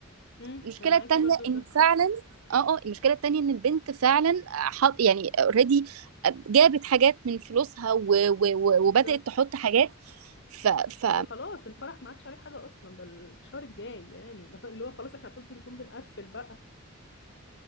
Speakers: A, on the left; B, on the right.
A: امم
B: المشكله
A: انا معاكي
B: التانيه
A: برضو في
B: ان
A: ده
B: فعلا اه اه المشكله التانيه ان البنت فعلا حط يعني اوريدي جابت حاجات من فلوسها و و و
A: بالظبط
B: وبدات تحط حاجات ف ف
A: وخلاص الفرح ما عادش عليه حاجه اصلا ده الشهر الجاي يعني <laughs> اللي هو خلاص احنا المفروض بنكون بنقفل بقى